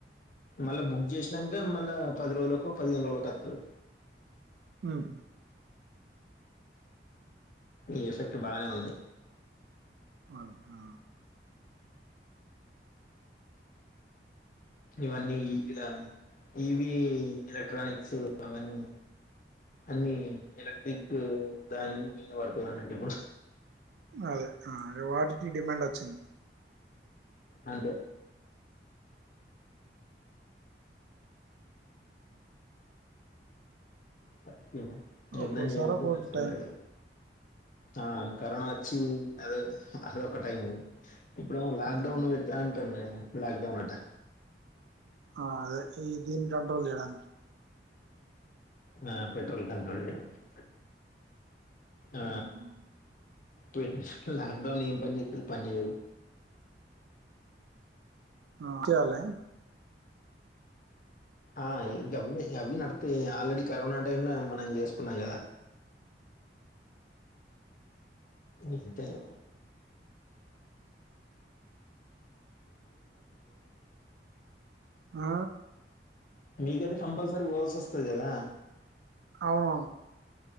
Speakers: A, on the left; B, on the right.
A: మళ్ళా బుక్ చేసినాక మళ్ళా పది రోజులకో పదిహేను రోజులకో అత్తాద్.
B: ఉమ్
A: ఈ ఎఫెక్ట్ బాగానే ఉంది.
B: అ ఆ
A: ఇవన్నీ ఇవిలా ఇవి ఎలక్ట్రానిక్స్ అవన్నీ అన్ని ఎలక్ట్రిక్ దానిమీద పడ్తది అన్నట్టు ఏమో
B: అదే ఆ వాటికి డిమాండ్ వచ్చింద్
A: అంతే త రిబ్బన్
B: ఒక్కోసారి
A: <unintelligible>
B: ఒక్కోటి టైం
A: ఉండాలే ఆ కరోనా వచ్చి అదో అదోఒకటి అయింద్ ఇప్పుడు ఏమో లాక్డౌన్
B: ఉమ్
A: పెడతా అంటున్లు ఏమో లాక్డౌన్ ఆట
B: ఆ అదే ఈ దిన్ కంట్రోల్ చేయడానికి
A: నా పెట్రోల్ కంట్రోల్ చేయడానికి ఆ
B: ఉమ్
A: ట్వెన్స్ లోక్డౌన్ ఏం పని జేత్తది పని జేయదు
B: హా
A: ఆ ఇద్ <unintelligible> నడుత్తాయ్ ఆల్రెడీ కరోనా టైమ్ లో మనం చేసుకున్నాం కదా మీహిద్దరు
B: ఆ
A: మీకదీ కంపల్సరీ పోవల్సి వస్తది కదా
B: అవును